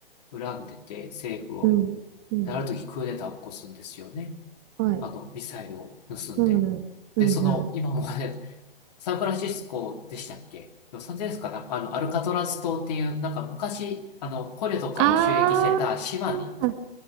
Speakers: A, on the left; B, on the right.
A: 恨んでて政府を。
B: うん、うん、
A: で、ある時クーデターを起こすんですよね。
B: はい、
A: あの、ミサイルを盗んで。
B: うん、
A: で、
B: うん、
A: その、
B: うん。
A: 今もねサンフランシスコでしたっけロサンゼルスかなあの、アルカトラズ島っていう、なんか昔、あの、捕虜とかを収益してた島に、
B: ああ、